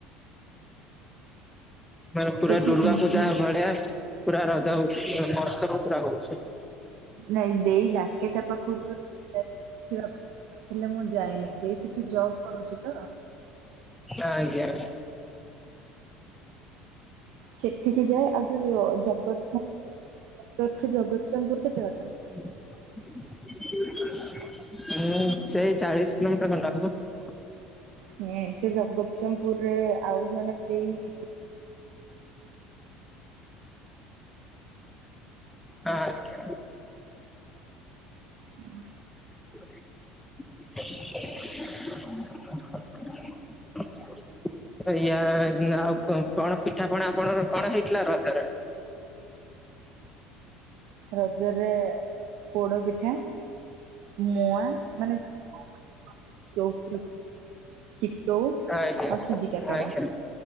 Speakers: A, in the centre; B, on the right (about 70°).
A: ମାନେ ପୁରା
B: ସେଠି
A: ଦୁର୍ଗା
B: ଉଁ,
A: ପୂଜା
B: ଉଁ,
A: ଭଳିଆ ପୁରା ରଜ ମହୋତ୍ସବ ପୁରା ହଉଛି।
B: ନାଇଁ ଦେଇ ଡାକେ ତା ପାଖକୁ <unintelligible> ହେଲେ ହେଲେ ମୁଁ ଯାଏନି ଦେଇ ସେଠି ଜବ୍ କରୁଛି ତ।
A: ଆଜ୍ଞା।
B: ସେଠିକି ଯାଏ ଆଉ ଯୋଉ ଜ ଜଗତସିଂହପୁର କଟକଠୁ ଜଗତସିଂହପୁର କେତେ ବାଟ?
A: ହୁଁ ସେଇ ଚାଳିଶ କିଲୋମିଟର ଖଣ୍ଡେ ହବ।
B: ହୁଁ ସେ ଜଗତସିଂହପୁରରେ ଆଉ ଜଣେ ଦେଇ
A: ଆଁ ଆଁ
B: ହୁଁ।
A: <unintelligible> ଇଏ ଆଉ କଣ ସ କଣ ପିଠାପଣା ଆପଣଙ୍କର କଣ ହେଇଥିଲା ରଜରେ?
B: ରଜରେ ପୋଡ଼ ପିଠା। ମୂଆଁ ମାନେ <unintelligible> ଯୋଉଥିରେ ଚିତଉ
A: ଆଜ୍ଞା
B: ଆଉ ସୁଜିକାକେରା
A: ଆଜ୍ଞା